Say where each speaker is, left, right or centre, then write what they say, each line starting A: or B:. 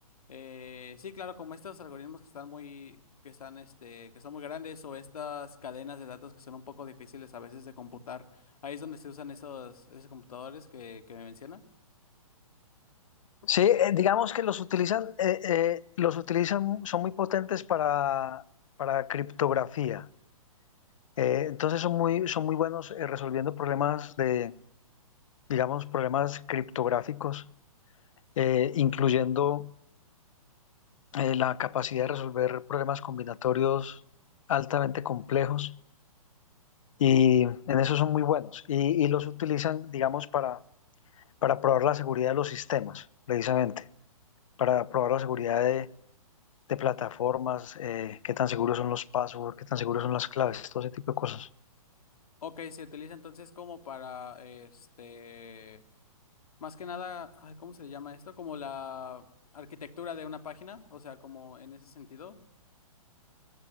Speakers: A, on the left; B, on the left.
A: eh, sí, claro, como estos algoritmos que están muy, que están, este, que son muy grandes o estas cadenas de datos que son un poco difíciles a veces de computar. Ahí es donde se usan esos, esos computadores que, que me menciona.
B: Sí, eh, digamos que los utilizan, eh, eh, los utilizan, son muy potentes para, para criptografía. Eh, entonces son muy, son muy buenos eh, resolviendo problemas de, digamos, problemas criptográficos, eh, incluyendo eh, la capacidad de resolver problemas combinatorios altamente complejos. y en eso son muy buenos y, y los utilizan, digamos, para, para probar la seguridad de los sistemas, precisamente, para probar la seguridad de, de plataformas, eh, qué tan seguros son los passwords, qué tan seguros son las claves, todo ese tipo de cosas.
A: Ok, se utiliza entonces como para, este, más que nada, ay, ¿cómo se le llama esto? Como la arquitectura de una página, o sea, como en ese sentido.